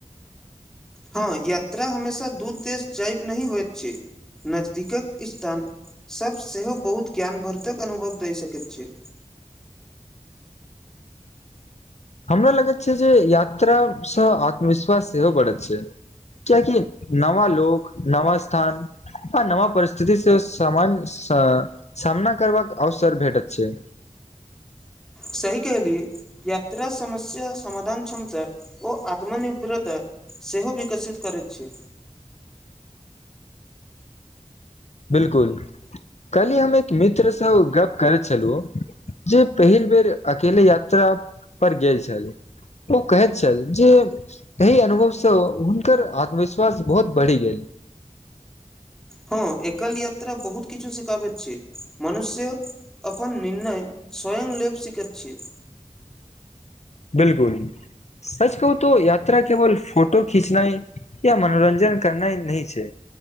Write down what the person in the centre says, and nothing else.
हँ यात्रा हमेशा दूत देश जायब नहि होइत छै नजदीकक स्थान सभ सेहो बहुत ज्ञानवर्धक अनुभव दहि सकैत छ
सही केलियए यात्रा समस्या समाधान क्षमता ओ आत्मनिर्भरता सेहो विकसित करैत छै
हँ एकल यात्रा बहुत किछु शिखाब छै मनुष्य अपन निर्णय स्वयं लेब सीकैत छ